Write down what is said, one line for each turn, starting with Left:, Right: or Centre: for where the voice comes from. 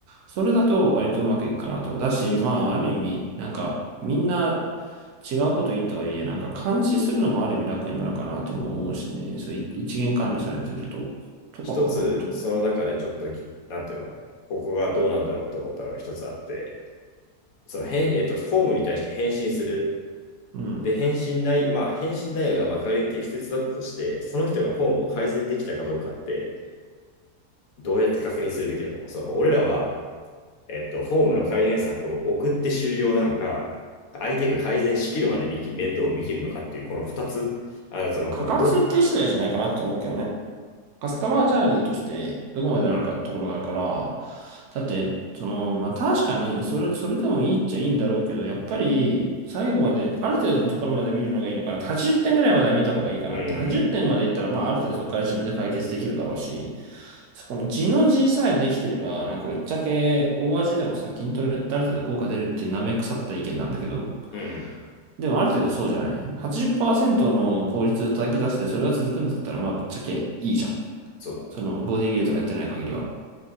Right: それだと割とうまくいくかなと。だし、
Left: とに、
Right: まあ、ある意味、なんか、みんな違うこといいとはいえ、なんか監視するのもある意味楽になるかなとも思うしね、そうい一元管理されてると、とかかな、
Left: 一つ、
Right: とか。
Left: その中でちょっとき、なんていうの、ここがどうなんだろうと思ったのが一つあって、その変、えっと、フォームに対して返信する。
Right: うん。
Left: で、返信内、まあ、返信内容がまあ仮に適切だったとして、その人がフォームを改善できたかどうかって、どうやって確認するべきだと思う。その、俺らは、えっと、フォームの改善策を送って終了なのか、相手が改善しきるまで見き面倒を見切るのかっていう、この二つ、あ、その、
Right: 価格設定次第じゃないかなと思うけどね。
Left: このど、
Right: カスタマージャーニーとしてどこまでなのかってことがあるから、
Left: どうん、
Right: だって、その、まあ、確かに、それ、それでもいいっちゃいいんだろうけど、やっぱり、最後まで、ある程度のところまで見るのがいいのかなって。80点ぐらいまでは見た方がいいかなって。
Left: うん、
Right: 80点までいったら、まあ、ある程度そこから自分で解決できるだろうし、そこの地の字さえできてれば、なんか、ぶっちゃけ、大味でもさ、筋トレってある程度効果出るっていう舐め腐った意見なんだけど、
Left: うん、
Right: でもある程度そうじゃない ?80% の効率を叩き出して、それが続くんだったら、まあ、ぶっちゃけいいじゃん。
Left: そうだね。
Right: その、ボディビルとかやってない限りは。っ